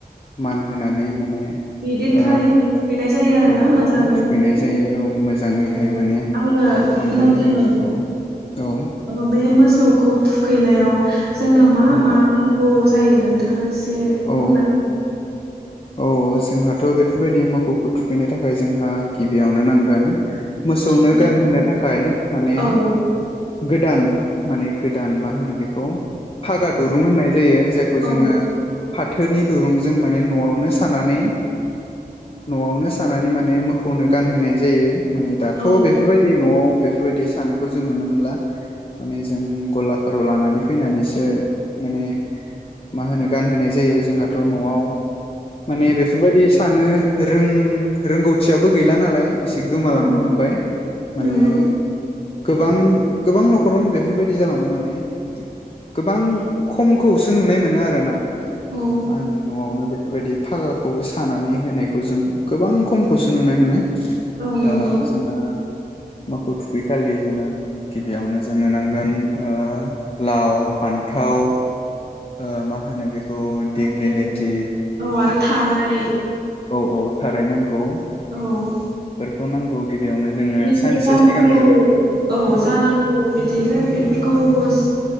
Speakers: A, on the left; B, on the right.
A: मान होनानै माने
B: बि दिन
A: ओ
B: खालिहाय थुखैनाय ज जायो आरोना
A: औ
B: मोजाङैहाय
A: औ थुखैनाय जायो औ मोजाङैहाय
B: औ
A: माने
B: आरो
A: सनमान
B: नोंथां
A: होनानै औ औ
B: अ बे मोस खौ थुखैनायाव जोंनो मा
A: औ
B: मा नांगौ जायो नोंथाङा एसे बे
A: औ
B: बुंना <unintelligible>
A: औ जोंहाथ बेफोरबायदि मोखौखौ थुखैनो थाखाय जोंहा गिबियावनो नांगोन मोसौनो
B: फिथाइ
A: गानहोनो
B: सामथाइ
A: थाखाय माने
B: औ
A: गोदान माने गोदान मा होनो बेखौ फागा दुरुं होननाय जायो जायखौ
B: औ
A: जोङो फाथोनि दुरुंजों माने नआवनो सानानै नआवनो सानानै माने मोखौनो गानहोनाय जायो माने दाथ
B: औ
A: बेफोरबायदि नआव बेफोरबायदि सानायखौ जों नुनो मोनला माने जों गलाफोराव लानानै फैनानैसो माने मा होनो गानहोनाय जा जायो जोंहाथ नआव माने बेफोरबायदि सानो रों रोंगौथियाबो गैला नालाय एसे गोमालांनो
B: औ
A: हमबाय माने
B: नंगौ
A: गोबां गोबां नखरावनो बेफोरबायदि जालांबाय माने गोबां खमखौसो नुनाय मोनो आरोना
B: औ
A: मा होनो नआवनो बेफोरबायदि फागाखौबो सानानै होनायखौ जों गोबां खमखौसो नुनाय मोनो
B: औ
A: ओ
B: नंगौ
A: जोङो मोखौ थुखैखालि जोङो गिबियावनो जोंनो नांगोन ओ लाव फान्थाव ओ मा होनो बेखौ दिग्लि
B: आरो
A: लिथि
B: औ आरो थाराय
A: औ औ थाराय नांगौ
B: औ
A: बेखौ नांगौ गिबियावनो जोङो
B: बेनिफ्राय
A: सानसे
B: जानांगौ
A: सिगांनो बेखौ
B: औ जानांगौ बिदिनो बेफोरखौ ओ